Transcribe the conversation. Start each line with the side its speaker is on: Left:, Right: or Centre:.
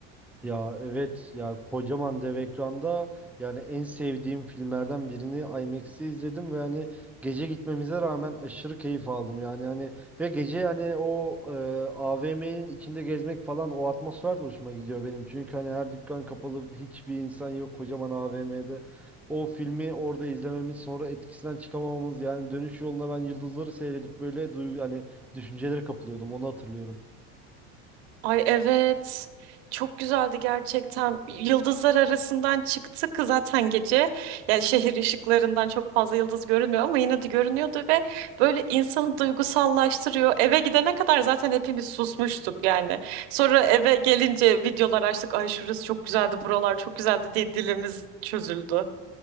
Centre: Ya evet ya kocaman dev ekranda yani en sevdiğim filmlerden birini IMAX'te izledim ve hani gece gitmemize rağmen aşırı keyif aldım yani hani ve gece hani o AVM'nin içinde gezmek falan o atmosfer de hoşuma gidiyor benim çünkü hani her dükkan kapalı hiçbir insan yok kocaman AVM'de o filmi orada izlememiz sonra etkisinden çıkamamamız yani dönüş yolunda ben yıldızları seyredip böyle duygu hani düşüncelere kapılıyordum onu hatırlıyorum.
Right: Ay evet. Çok güzeldi gerçekten. Yıldızlar arasından çıktık zaten gece. Yani şehir ışıklarından çok fazla yıldız görünmüyor ama yine de görünüyordu ve böyle insanı duygusallaştırıyor. Eve gidene kadar zaten hepimiz susmuştuk yani. Sonra eve gelince videolar açtık. Ay şurası çok güzeldi, buralar çok güzeldi diye dilimiz çözüldü.